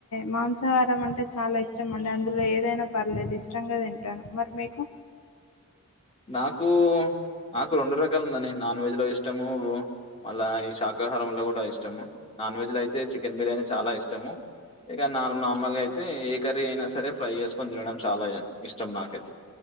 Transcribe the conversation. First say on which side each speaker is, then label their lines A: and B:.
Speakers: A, on the left (about 80°); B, on the left (about 25°).
A: మాంసాహారం అంటే చాలా ఇష్టం అండి అందులో ఏదైనా పర్లేదు ఇష్టం గా తింటాను మరి మీకు
B: నాకు నాకు రెండు రకాలు ఉందాండి నాన్ వెజ్ లో ఇష్టము మళ్ళా ఈ శాకాహారం లో కూడా ఇష్టము నాన్ వెజ్ లో అయితే చికెన్ బిర్యాని చాలా ఇష్టము. ఇగా నార్ నార్మల్ గా అయితే ఏ కర్రీ అయినా సరే ఫ్రై చేసుకొని తినడం చాలా ఇష్టం నాకైతే